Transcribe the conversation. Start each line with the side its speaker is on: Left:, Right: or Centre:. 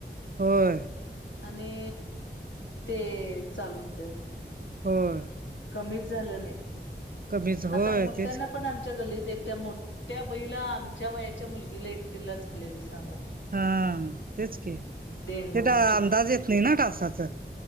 Right: होय
Left: आणि ते चालू होते
Right: होय
Left: कमी झालं नाही
Right: कमीच होय
Left: आता मोठ्यांना
Right: तेच
Left: पण आमच्या गल्लीत एकट्या मोठ्या बईला आमच्या वयाच्या मुलगीला एकटीला झालेलं सांगा
Right: हा तेच के
Left: डेंगू
Right: ते अंदाज येत नाही ना डासांच